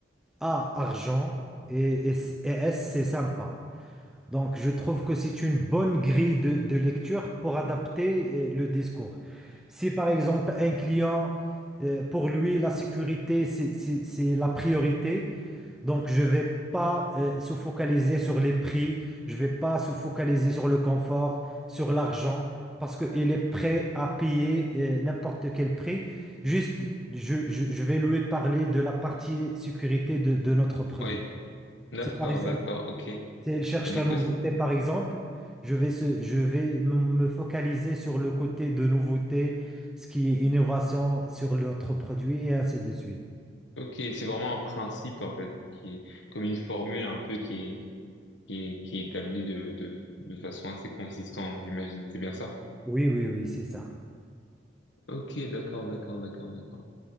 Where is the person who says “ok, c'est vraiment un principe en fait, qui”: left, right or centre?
Left